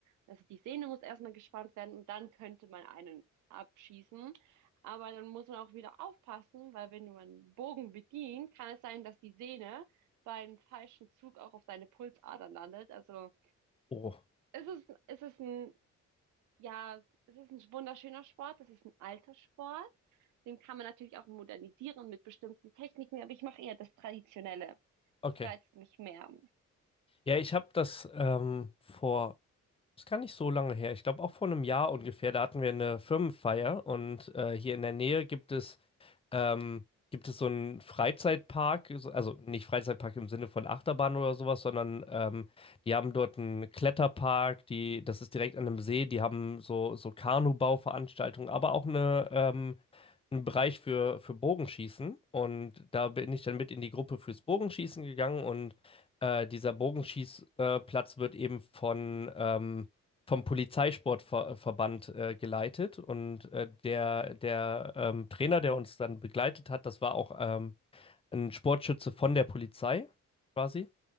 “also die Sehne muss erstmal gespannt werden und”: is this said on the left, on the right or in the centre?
Right